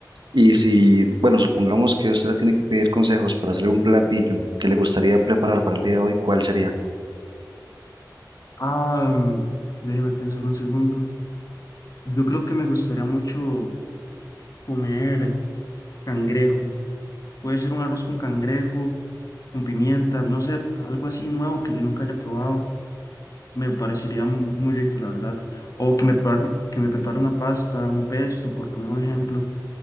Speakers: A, on the right; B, on the left.
A: Y si, bueno, supongamos que usted le tiene que pedir consejos para hacer un platillo que le gustaría preparar para el día de hoy, ¿cuál sería?
B: Ah, mm, déjeme pensar un segundo. Yo creo que me gustaría mucho comer cangrejo. Puede ser un arroz con cangrejo, con pimienta, no sé, algo así nuevo que yo nunca haya probado. me parecería mu- muy rico, la verdad. O que me, par- que me prepare una pasta, un pesto, por poner un ejemplo.